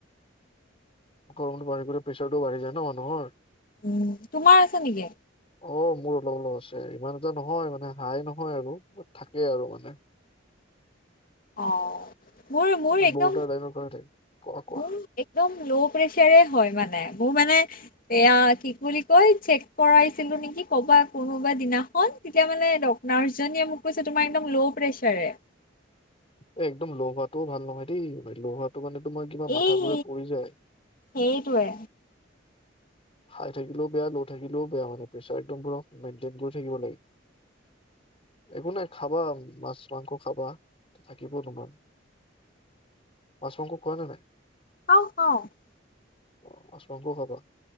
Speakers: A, on the left (about 30°); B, on the left (about 45°).
A: গৰমত বাঢ়ি গলে প্ৰেছাৰতটো বাঢ়ি যায় ন মানুহৰ।
B: উম তোমাৰ আছে নেকি?
A: অ মোৰ অলপ অলপ আছে ইমান এটা নহয় মানে হাই নহয় আৰু থাকেই আৰু মানে। <inaudible>
B: অঁ। মোৰ
A: বৰ্ডাৰ
B: মোৰ একদম,
A: লাইনৰ কথা থাকে কোৱা কোৱা
B: মোৰ একদম ল' প্ৰেচাৰে হয় মানে। মোৰ মানে এয়া কি বোলি কয় চেক কৰাইছিলো নেকি কবা কোনোবা দিনা- <unintelligible> ন তেতিয়া মানে ডক্টৰ নাৰ্ছজনীয়ে মোক কৈছে তোমাৰ একদম ল' প্ৰেচাৰে
A: এ একদম লহোৱাটোও ভাল নহয় দেই লোহ <unintelligible> তটো কাৰানে তোমাৰ কিবা মাথা
B: এই
A: ঘুৰাই পৰি যায়। <unintelligible>
B: সেইটোৱে
A: হাই থাকিলেও বেয়া ল' থাকিলেও বেয়া মানে প্ৰেছাৰ একদম ধৰক মেইনটেইন কৰি থাকিব লাগে। <unintelligible> একো নাই খাবা মাছ মাংস খাবা থাকিব তোমাৰ। মাছ মাংস <unintelligible> কোৱা যে নাই। <unintelligible>
B: খাও খাও <unintelligible>
A: অ মাছ মাংসও খাবা